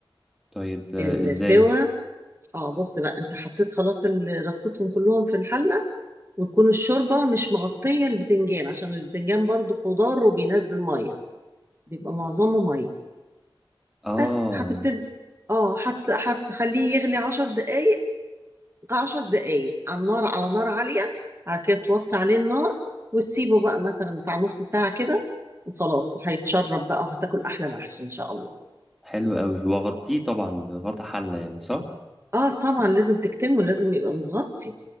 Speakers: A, in the centre; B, on the right.
A: طيب آه،
B: السوا
A: إزاي
B: اه بص بقى انت حطيت خلاص ال- رصيتهم كلهم في الحلة وتكون الشوربة مش مغطية البتنجان عشان البتنجان برضو خضار وبينزل مية بيبقى معظمه مية
A: اه
B: بس هتبتدي اه هت- هتخليه يغلي عشر دقايق عشر دقايق على النار على نار عالية بعد كده توطي عليه النار وتسيبه بقى مثلا بتاع نص ساعة كده وخلاص هيتشرب بقى وهتاكل أحلى محشي إن شاء الله
A: حلو قوي واغطيه طبعا بغطا حلة يعني صح
B: اه طبعا لازم تكتمه لازم يبقى متغطي